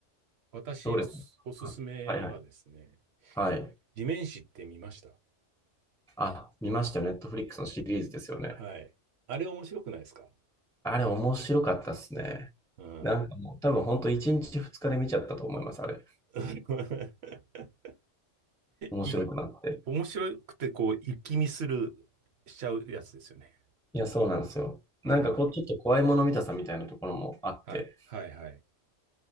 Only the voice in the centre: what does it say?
どうですかははいはい。
はい。
あ、見ましたよ。ネットフリックスのシリーズですよね。
あれ面白かったっすね。
なんかもう多分本当1日2日で見ちゃったと思います、あれ。
面白くなって。
いや、そうなんですよ。なんかこう、
ちょっと怖いもの見たさみたいなところもあって。